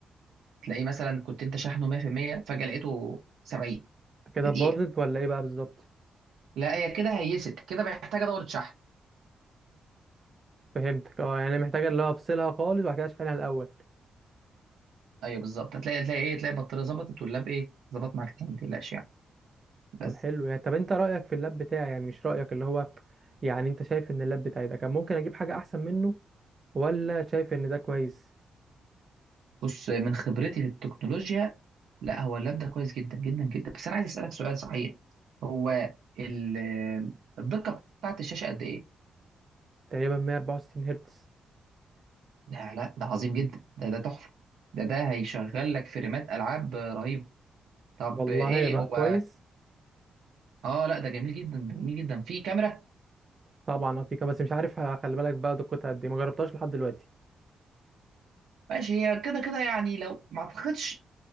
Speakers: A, on the right; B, on the right.
A: تلاقيه مثلا كنت انت شحنه 100% فجاه لقيته 70
B: كده
A: في
B: باظت
A: دقيقه
B: ولا ايه بقى بالظبط
A: لا هي كده هيست كده محتاجه دوره شحن
B: فهمتك اه يعني محتاجه اللي هو افصلها خالص وبعد كده اشحنها الاول
A: ايوه بالظبط هتلاقي تلاقي ايه تلاقي البطاريه ظبطت واللاب ايه ظبط معاك تاني ما تقلقش يعني بس
B: طب حلو يعني طب انت رأيك في اللاب بتاعي يعني مش رأيك اللي هو يعني انت شايف ان اللاب بتاعي ده كان ممكن اجيب حاجة احسن منه ولا شايف ان ده كويس
A: بص من خبرتي في التكنولوجيا لا هو اللاب ده كويس جدا جدا جدا بس انا عايز اسالك سؤال صحيح هو ال- الدقه بتاعت الشاشه قد ايه
B: تقريبا 164 هرتز
A: لا لا ده عظيم جدا ده ده تحفة ده ده هيشغل لك فريمات ألعاب رهيبة طب
B: والله
A: ايه
B: يبقى
A: هو
B: كويس
A: اه لا ده جميل جدا ده جميل جدا في كاميرا
B: طبعا افيكا بس مش عارف ه- خلي بالك بقى دقتها قد ايه ما جربتهاش لحد دلوقتي
A: ماشي هي كده كده يعني لو ما اعتقدش